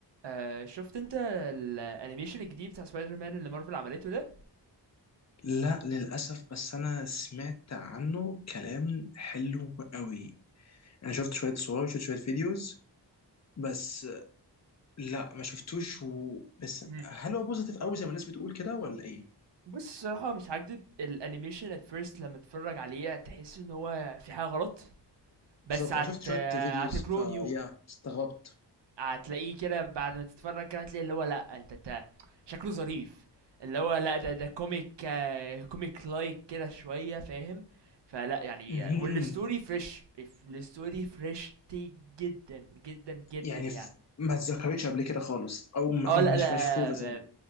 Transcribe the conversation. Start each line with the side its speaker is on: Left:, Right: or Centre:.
Right: آه شفت انت الانيميشن الجديد بتاع سبايدر مان اللي مارفل عملته ده
Left: لا للأسف بس أنا سمعت عنه كلام حلو قوي أنا شفت شوية صور وشفت شوية فيديوز بس لا ما شفتوش و... بس
Right: مم.
Left: هل هو بوزيتيف قوي زي ما الناس بتقول كده ولا إيه؟
Right: بص الصراحه مش هكدب الانيميشن at first لما تتفرج عليه تحس ان هو في حاجه غلط بس
Left: بالظبط
Right: هت
Left: أنا شفت شوية فيديوز
Right: هتجرو
Left: فيا
Right: نيو
Left: استغربت
Right: هتلاقيه كده بعد ما تتفرج كده هتلاقي اللي هو لا انت انت شكله ظريف اللي هو لا ده ده كوميك كوميك لايك كده شويه فاهم فلا يعني
Left: مهم.
Right: آه، والستوري فريش الستوري فريش جدا جدا جدا
Left: يعني
Right: يعني
Left: ف- ما اتذكرتش قبل كده خالص أو أو
Right: اه لا
Left: مش مشهورة زي
Right: لا